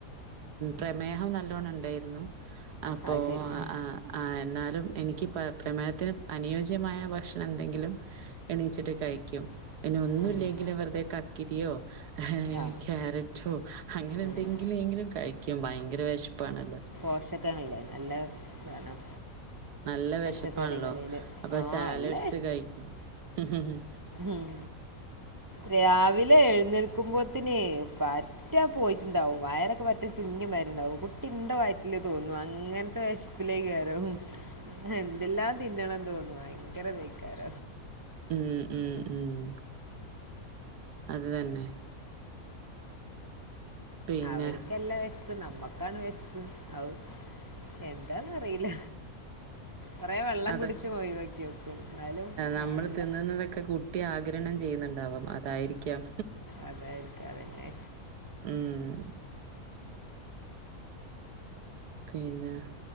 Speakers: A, on the right (about 90°); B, on the right (about 30°).
A: പ്രമേഹം നല്ലോണണ്ടായിരുന്നു. അപ്പോ
B: അത് ശരി ഉം.
A: ആഹാ എന്നാലും എനിക്ക്- പ്പ പ്രമേയത്തിന് അനുയോജ്യമായ ഭക്ഷണന്തെങ്കിലും- എണീച്ചിട്ട് കഴിക്കും. ഇനി ഒന്നുല്ലെങ്കിലും
B: ഉം.
A: വെറുതെ കക്കിരിയോ. ഏഹ്
B: ആ
A: ക്യാരറ്റോ, അങ്ങനെന്തെങ്കിലും
B: ഉം.
A: കഴിക്കും. ഭയങ്കര വിശഷപ്പാണല്ലോ.
B: <unintelligible> ഷക്കങ്ങളല്ലേ നല്ല വേണം.
A: നല്ല വിശപ്പാണല്ലോ
B: പച്ചക്കറികളിൽ
A: അപ്പോ-
B: ആ
A: സാലഡ്സ്
B: നല്ല
A: കഴിക്കും ഉം... ഉം...
B: ഉം രാവിലെ എഴുന്നേൽക്കുമ്പോ- ത്തിന് പറ്റ പോയിട്ടുണ്ടാവും, വയറൊക്കെ പറ്റ ചുങ്ങിമാരിണ്ടാവും കുട്ടി ഉണ്ടോ വയറ്റില് തോന്നുന്നു. അങ്ങൻത്തെ വെശപ്പിലേക്ക് വരും എന്തെല്ലാം തിന്നണം തോന്നും. ഭയങ്കര വയിക്കാര.
A: ഉം ഉം ഉം.... അതു തന്നെ. പിന്നെ
B: അവർക്കല്ല വിശപ്പ് നമ്മക്കാണ് വിശപ്പ്. ഔ എന്താന്നറിയില്ല. കുറെ വെള്ളം
A: അത്
B: കുടിച്ച് പോയിവക്കി വെക്കും ന്നാലും
A: നമ്മൾ
B: മാറില.
A: തിന്നുന്നതൊക്കെ കുട്ടി ആഗിരണം ചെയ്യുന്നുണ്ടവും അതായിരിക്കാം.
B: അതായിരിക്കും അതന്നെ
A: ഉം.... പിന്നെ...